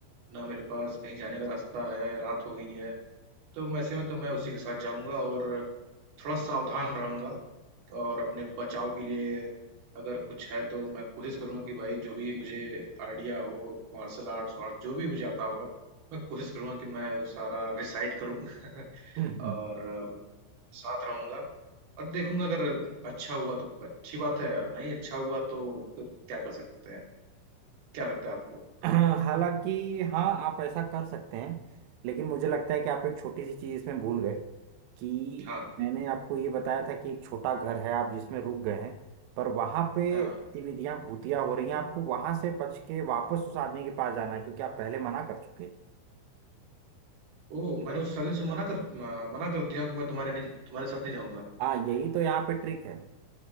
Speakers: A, on the right (about 55°); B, on the right (about 85°).
A: ना मेरे पास कहीं जाने का रास्ता है रात हो गई है तो वैसे में तो मैं उसी के साथ जाऊंगा और थोड़ा सावधान रहूंगा और अपने बचाव के लिए अगर कुछ है तो मैं कोशिश करूंगा कि भाई जो भी मुझे आइडिया हो मार्शल आर्ट्स वार्ट जो भी मुझे आता होगा मैं कोशिश करूंगा कि मैं वो सारा रिसाइट करूं <laughs>
B: हम्म हम्म
A: और अ, साथ रहूंगा और देखूंगा अगर अच्छा हुआ तो अच्छी बात है और नहीं अच्छा हुआ तो फिर क्या कर सकते हैं क्या लगता है आपको
B: <clears throat> हालांकि हाँ आप ऐसा कर सकते हैं लेकिन मुझे लगता है कि आप एक छोटी सी चीज़ इसमें भूल गए कि
A: हाँ
B: मैंने आपको ये बताया था कि एक छोटा घर है आप जिसमें रुक गए हैं पर वहां पे
A: हाँ
B: गतिविधियां भूतिया हो रही हैं आपको वहां से बच के वापस उस आदमी के पास जाना है क्योंकि आप पहले मना कर चुके हैं
A: ओ मैंने उस साजिश से मना कर म- मना कर दिया कि मैं तुम्हारे नहीं तुम्हारे साथ नहीं जाऊंगा
B: हाँ यही तो यहाँ पे ट्रिक है